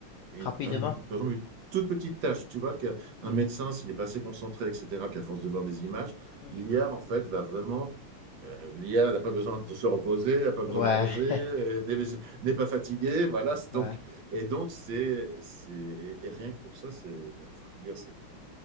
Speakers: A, on the right; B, on the left.
A: une,
B: Rapidement.
A: un- par exemple, une toute petite tâche. Tu vois qu'un
B: Mhm,
A: médecin s'il est pas assez concentré, etc., puis à force de voir des images,
B: mhm.
A: l'IA en fait va vraiment euh, L'IA n'a pas besoin de se reposer, n'a pas besoin
B: Ouais,
A: de manger, euh,
B: <laughs>
A: n'est pas fatiguée, voilà.
B: ouais.
A: Donc, et donc, c'est, c'est, et rien que pour ça, c'est, enfin, je veux dire, c'est,